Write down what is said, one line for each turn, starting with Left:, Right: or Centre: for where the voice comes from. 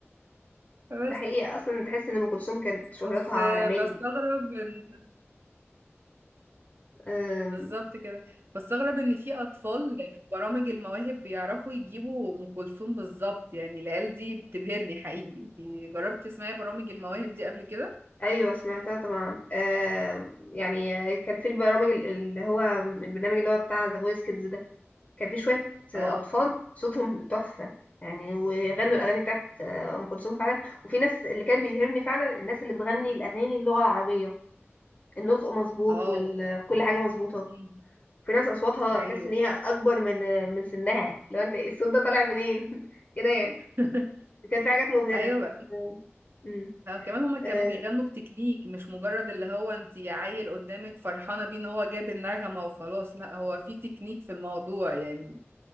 Right: بس
Left: ده حقيقي اصلا تحس ان ام كلثوم كانت شهرتها
Right: بس
Left: عالميه
Right: بستغرب إن
Left: أم...
Right: بالظبط كده بستغرب إن في أطفال في برامج المواهب بيعرفوا يجيبوا أم كلثوم بالظبط يعني العيال دي بتبهرني حقيقي أنتي جربتي تسمعي برامج المواهب دي قبل كده؟
Left: ايوه سمعتها طبعا آه يعني كان في البرامج ال- اللي هو البرنامج اللي هو بتاع ذا فويس كيدز ده كان في شويه
Right: اه
Left: اطفال صوتهم تحفه يعني وغنوا الاغاني بتاعت آه، ام كلثوم فعلا وفي ناس اللي كان بيبهرني فعلا الناس اللي بتغني الاغاني اللغه العربيه النطق مظبوط
Right: اه
Left: وكل حاجه مظبوطه
Right: أمم،
Left: في ناس اصواتها
Right: أيوه
Left: تحس ان هي اكبر من من سنها لو انت إيه الصوت ده طالع منين <laughs> كده يعني
Right: <laughs>
Left: كان في حاجات مبهره
Right: ايوه
Left: آه، أمم،
Right: لا كمان هما كانوا
Left: آه،
Right: بيغنوا بتكنيك مش مجرد اللي هو انت عيل قدامك فرحانة بيه ان هو جاب النغمة وخلاص لا هو في تكنيك في الموضوع يعني